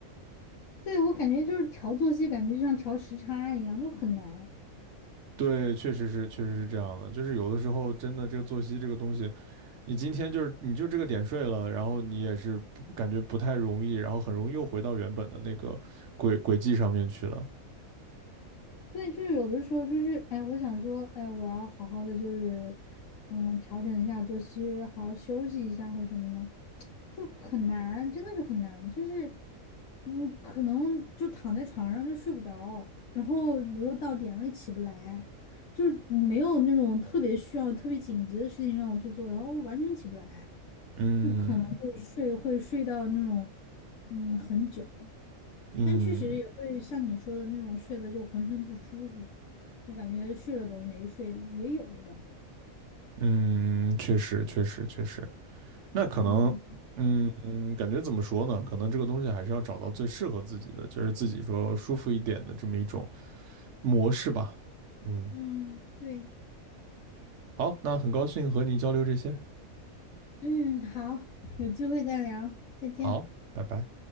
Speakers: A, on the left; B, on the right.
A: 对，我感觉就是调作息，感觉就像调时差一样，就很难。
B: 对，确实是，确实是这样的。就是有的时候，真的这个作息这个东西，你今天就是你就这个点睡了，然后你也是不感觉不太容易，然后很容易又回到原本的那个轨轨迹上面去了。
A: 对，就是有的时候就是，哎，我想说，哎，我要好好的就是，嗯，调整一下作息，好好休息一下或者什么的，就很难，真的就很难，就是，嗯，可能就躺在床上就睡不着，然后比如说到点了也起不来，就是没有那种特别需要、特别紧急的事情让我去做的，然后完全起不来，
B: 嗯
A: 就可能会睡，会睡到那种，嗯，很久。
B: 嗯
A: 但确实也会像你说的那种睡的就浑身不舒服，就感觉睡了等于没睡，也有的。
B: 嗯，确实确实确实。那可能，
A: 嗯
B: 嗯嗯，感觉怎么说呢？可能这个东西还是要找到最适合自己的，就是自己说舒服一点的这么一种模式吧。嗯，
A: 嗯，对，
B: 好，那很高兴和你交流这些。
A: 嗯，好，有机会再聊，再见。
B: 好，拜拜。